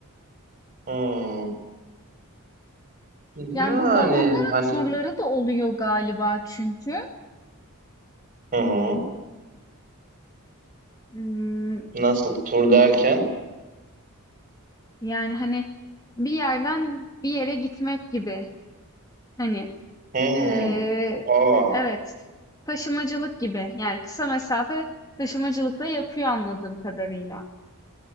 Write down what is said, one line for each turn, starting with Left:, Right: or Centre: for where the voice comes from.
Right: Hmm. Yani
Left: Yani bu balonların
Right: hani
Left: turları da oluyor galiba çünkü.
Right: hı hı.
Left: Hmm,
Right: Nasıl tur derken?
Left: yani hani bir yerden bir yere gitmek gibi. Hani
Right: Hmm.
Left: eee,
Right: Aa.
Left: evet taşımacılık gibi. Yani kısa mesafe taşımacılık da yapıyor anladığım kadarıyla.